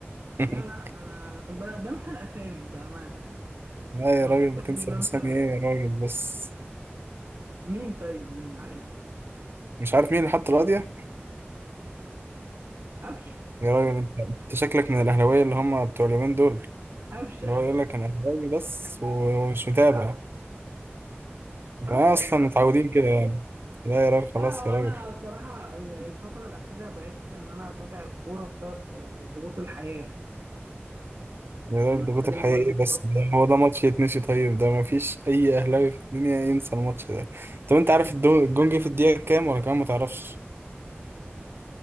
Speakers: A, on the right (about 60°); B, on the right (about 75°).
A: <laughs>
B: لا لا انا ب- بنسى الاسامي بامانه يعني
A: لا يا
B: انا
A: راجل
B: الفتره
A: تنسى
B: دي بنسى
A: الاسامي
B: الاسامي
A: ايه يا راجل بس
B: مين طيب مين معلش
A: مش عارف مين اللي حط القضية
B: قفش
A: يا راجل انت انت شكلك من الاهلاويه اللي هم بتوع اليومين دول
B: قفش
A: اللي
B: قفش
A: هو يقول لك انا اهلاوي بس ومش متابع انا
B: قفشه
A: اصلا
B: يا عم
A: متعودين كده يعني لا يا راجل خلاص
B: لا هو
A: يا
B: انا
A: راجل
B: الصراحه الفتره الاخيره بقيت ان انا اتابع الكوره بسبب آه، ضغوط الحياه
A: ده
B: يعني
A: الضغوط
B: أنا بعد
A: الحقيقي
B: ما والدي
A: بس
B: توفى
A: ده هو ده ماتش يتنسي طيب ده مفيش أي أهلاوي في الدنيا ينسى الماتش ده طب أنت عارف الدو- الجون جه في الدقيقة كام ولا كام متعرفش